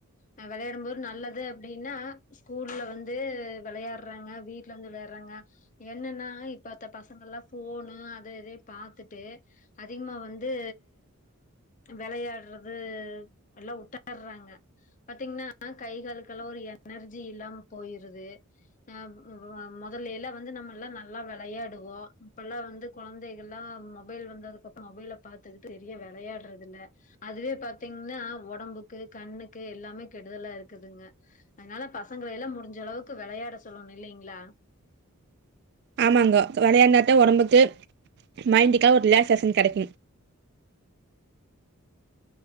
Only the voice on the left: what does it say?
நா வெளையாடும் போது நல்லது அப்டின்னா ஸ்கூல்ல வந்து வெளையாடுறாங்க வீட்ல வந்து வெளையாடுறாங்க என்னன்னா இப் பாத்த பசங்கல்லா ஃபோனு அத இதயு பாத்துட்டு அதிகமா வந்து வெளையாடுறது எல்லா உட்டார்ராங்க பாத்தீங்கன்னா கை காலுக்கெல்லா ஒரு எனர்ஜி இல்லாம போயிருது ஆ மொ மொதல்லையெல்லா வந்து நம்ம எல்லா நல்லா வெ வெளையாடுவோ இப்பெல்லா வந்து கொழந்தைகள்லா மொபைல் வந்ததுக்கு அப்பற மொபைல பாத் பாத்துக்கிட்டு வெளிய வெளையாடுறது இல்ல அது பாத்தீங்கன்னா ஒடம்புக்கு கண்ணுக்கு எல்லாமே கெடுதலா இருக்குதுங்க அதனால பசங்கள எல்லா முடிஞ்ச அளவுக்கு வெளையாட சொல்லணு இல்லைங்களா